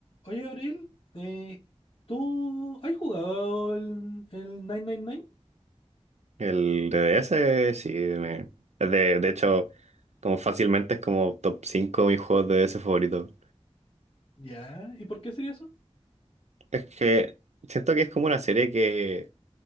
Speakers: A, on the left (about 60°); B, on the right (about 80°).
A: Oye, Abril, eh, ¿tú has jugado el, el 999?
B: El D. D S. sí. me- De, de hecho, como fácilmente es como top 5 de mis juegos de DDS favoritos.
A: Ya, ¿y por qué sería eso?
B: Es que siento que es como una serie que,